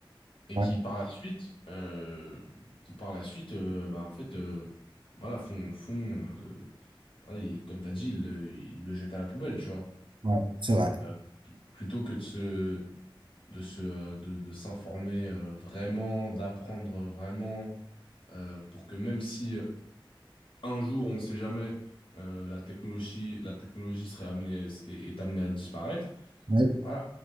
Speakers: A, on the left (about 75°); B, on the right (about 65°).
A: et
B: Ouais,
A: qui par la suite, euh, qui par la suite, euh, bah, en fait, euh, voilà, font, font euh, voilà, ils- comme tu as dit, ils le, ils le jettent à la poubelle, tu vois.
B: ouais, c'est vrai.
A: Euh, pl- plutôt que de se, de se, euh, de, de s'informer euh, vraiment, d'apprendre vraiment, euh, pour que même si euh, un jour, on ne sait jamais, euh, la technologie, la technologie serait amenée, est, est amenée à disparaître.
B: Ouais,
A: Voilà,